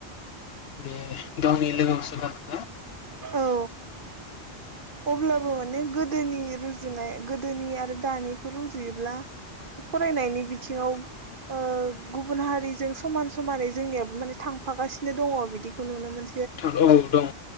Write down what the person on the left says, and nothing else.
बे गावनि लोगो <unintelligible>
औ दं